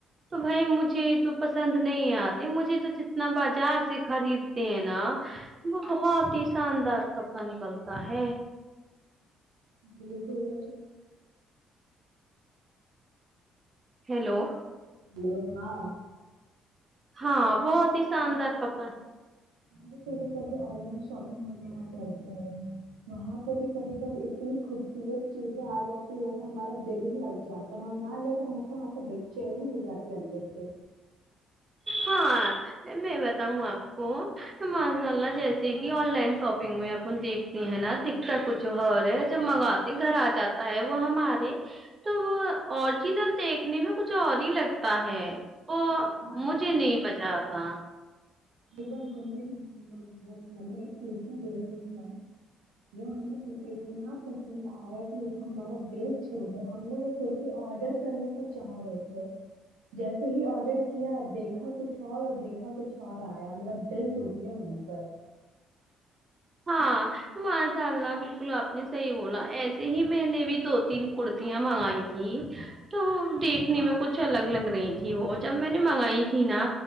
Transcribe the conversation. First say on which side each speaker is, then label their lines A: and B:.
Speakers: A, on the right; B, on the right.
A: تو بھائی مجھے تو پسند نہیں آتے مجھے تو جتنا بازار سے خریدتے ہیں نا وہ بہت ہی شاندار کپڑا نکلتا ہے
B: بالکل
A: ہیلو
B: ہلو ہاں
A: ہاں
B: ہم
A: بہت
B: بھی کبھی
A: ہی شاندار
B: کبھی
A: کپڑا
B: ہم بھی کبھی کبھی آن لائن شاپنگ وغیرہ کر وہاں پہ بھی کبھی کبھی اتنی خوبصورت چیزیں آ جاتی جیسے ہمارا دل ہی لگ جاتا ہے ہم نہ لے تو ہم کو وہاں سے بیھ چینی ہوجاتی اندر سے
A: ہاں میں بتاؤں آپ کو ماشاء اللہ جیسے کہ آن لائن شاپنگ میں اپن دیکھتے ہیں نا دکھتا کچھ اور ہے جب منگاتے گھر آ جاتا ہے وہ ہمارے تو وہ اوریجنل دیکھنے میں کچھ اور ہی لگتا ہے وہ
B: ہاں
A: مجھے نہیں مزہ آتا ہاں
B: ایک بار ہم نے بھی منگایا تھا ہم نے ایک کرتا دیکھا تھا وہ ہمیں کرتا اتنا پسند آیا کہ جیسا ہمارا دل چھوڑو ہم نے وہ کررتی آڈر کرنے کا چاہ رہے تھ جیسے ہی آڈر کیا دیکھا کچھ اور اور دیکھا کچھ اور آ میرا دل ٹوٹ گیا وہیں پر
A: ہاں ماشاء اللہ بالکل آپ نے صحیح بولا ایسے ہی میں نے بھی دو تین کرتیاں منگائی تھی تو دیکھنے میں کچھ الگ لگ رہی تھی وہ جب میں نے منگائی تھی نا